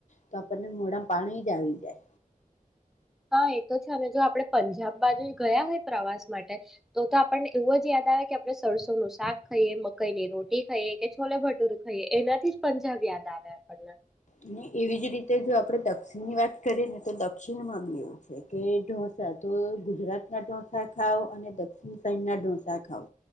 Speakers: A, on the left; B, in the centre.
A: તો આપણને મોઢામા પાણી જ આવી જાય
B: હા એ તો છે, અને જો આપણે પંજાબ બાજુ ગયા હોય પ્રવાસ માટે તો તો આપણને એવું જ યાદ આવે કે આપણે સરસોનું શાક ખાઈએ, મકાઈની રોટી ખાઈએ કે છોલે ભટુરે ખાઈએ એનાથી જ પંજાબ યાદ આવે આપણને
A: અને એવી જ રીતે જો આપણે દક્ષિણની વાત કરીએ ને તો દક્ષિણમાં બી એવું છે, કે ઢોસા તો ગુજરાત ના ઢોસા ખાવ અને દક્ષિણ સાઇડ ના ઢોસા ખાવ